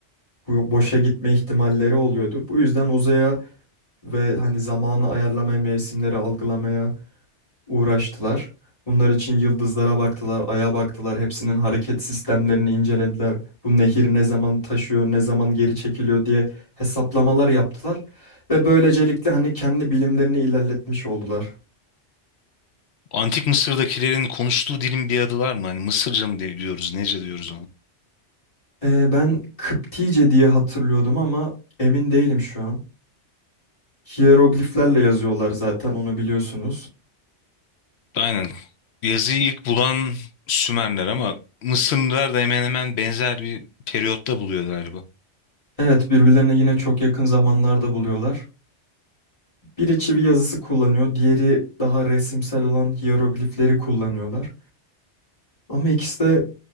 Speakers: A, on the left (about 30°); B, on the left (about 70°).
A: bu- boşa gitme ihtimalleri oluyordu. Bu yüzden uzaya ve hani zamanı ayarlamaya, mevsimleri algılamaya uğraştılar. Bunlar için yıldızlara baktılar, aya baktılar, hepsinin hareket sistemlerini incelediler. Bu nehir ne zaman taşıyor, ne zaman geri çekiliyor diye hesaplamalar yaptılar ve böylecelikle hani kendi bilimlerini ilerletmiş oldular.
B: Antik Mısır'dakilerin konuştuğu dilin bir adı var mı? Hani Mısırca mı diye- diyoruz, nece diyoruz onu?
A: Ee, ben Kıptice diye hatırlıyordum ama emin değilim şu an. Hierogliflerle yazıyorlar zaten onu biliyorsunuz.
B: Aynen. Yazıyı ilk bulan Sümerler ama Mısırlılar da hemen hemen benzer bir periyotta buluyor galiba.
A: Evet birbirlerine yine çok yakın zamanlarda buluyorlar. Biri çivi yazısı kullanıyor, diğeri daha resimsel olan hieroglifleri kullanıyorlar. Ama ikisi de